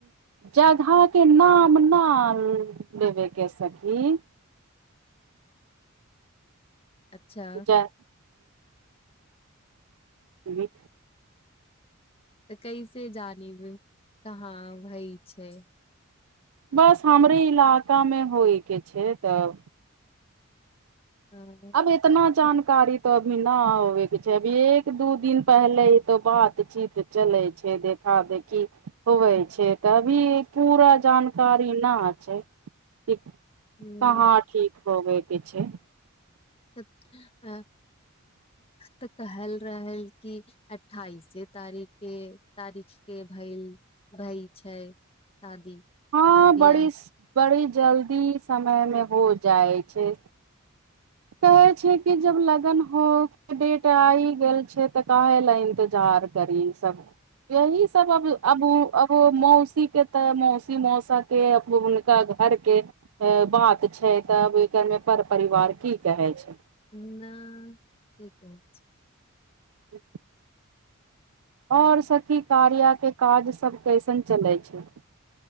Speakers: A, on the right (about 75°); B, on the left (about 25°).
A: जगह के नाम ना लेबे के सखी
B: अच्छा।
A: ज ज।
B: तऽ कैसे जानीब कहाँ भई छै।
A: बस हमरे इलाका मे होइ के छै तब।
B: हँ।
A: अब इतना जानकारी तो अभी न होबे के छै अभी एक दू दिन पहले ई तो बातचीत। चलै छै देखा देखी। होवै छै तऽ अभी पूरा जानकारी ना छै कि। कहां
B: हूँ
A: ठीक होबय के छै
B: त अ तऽ कहल रहल क। अठाइसे तारीख के तारीख के भय भय छै। शादी।
A: हँ
B: बियाह
A: बड़ी बड़ी जल्दी समय मे हो जाइ छै। कहे छै कि जब लगन हो के डेट आ गेल छै तऽ काहे ले इंतजार। करी ई सब यही सब अब अब ओ। अब मौसी के तऽ मौसी मौसा के हुनका घरके। बात छै तब एकर मे पर परिवार की कहै छै।
B: नहि की कहै छै।
A: ह। आओर सखी कार्या के काज सब कैसन चले छै।